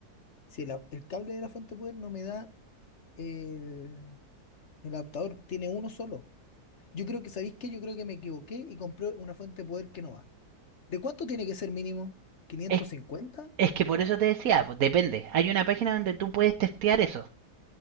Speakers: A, on the left (about 50°); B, on the right (about 65°).
A: Si el, a- el cable de la fuente de poder no me da el, el adaptador, tiene uno solo. Yo creo que, ¿sabéis qué? Yo creo que me equivoqué y compré una fuente de poder que no va. ¿De cuánto tiene que ser mínimo? ¿550?
B: Es Es que por eso te decía, pues, depende. Hay una página donde tú puedes testear eso.